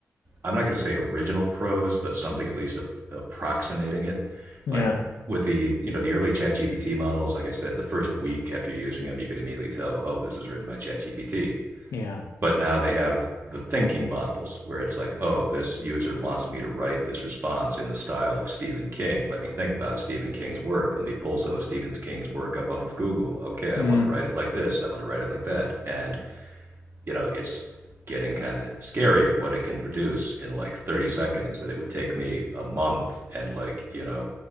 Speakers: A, on the right; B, on the left.
A: I'm not going to say original prose, but something at least approximating it.
B: Yeah,
A: Like with the, you know, the early ChatGPT models, like I said, the first week after using them, you could immediately tell, oh, this is written by ChatGPT.
B: yeah.
A: But now they have the thinking models where it's like, oh, this user wants me to write this response in the style of Stephen King. Let me think about Stephen King's work. Let me pull some of Stephen King's work up off of Google. Okay, I
B: Mm.
A: want to write it like this. I want to write it like that. And, you know, it's getting kind of scary what it can produce in like 30 seconds that it would take me a month and like, you know,